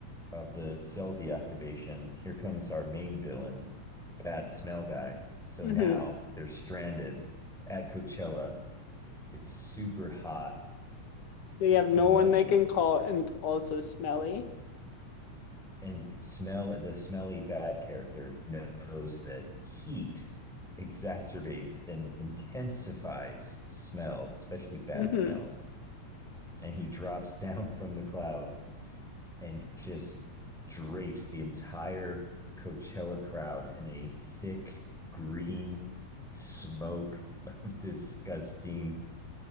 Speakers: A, in the centre; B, on the left.
A: of the cell deactivation, here comes our main villain, Bad Smell Guy. So
B: hmm
A: now they're stranded at Coachella. It's super hot.
B: They have
A: It's
B: no
A: muggy.
B: one they can call, and it's also smelly.
A: and smell the smelly bad character knows that heat exacerbates and intensifies smells, especially bad
B: hmm
A: smells. And he drops <laughs> down from the clouds and just drapes the entire Coachella crowd in a thick green smoke of <laughs> disgusting